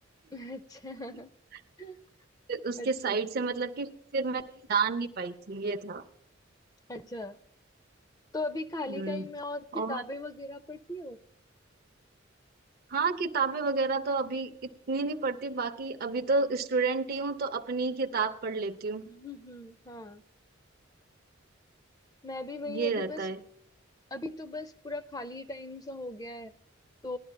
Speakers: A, on the left; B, on the right.
A: अच्छा
B: <laughs>
A: <laughs>
B: फिर उसके
A: अच्छा
B: साइड से मतलब कि फिर मैं कहीं जान नहीं पाई थी ये था
A: अच्छा तो अभी खाली
B: हम्म
A: टाइम में और किताबें
B: और
A: वगैरह पढ़ती हो
B: हाँ किताबें वगैरह तो अभी इतनी नहीं पढ़ती बाकी अभी तो स्टूडेंट ही हूँ तो अपनी ही किताब पढ़ लेती
A: <laughs>
B: हूँ
A: हम्म हम्म, हाँ मैं भी वही
B: ये
A: अभी
B: रहता
A: बस
B: है
A: अभी तो बस पूरा खाली टाइम सा हो गया है तो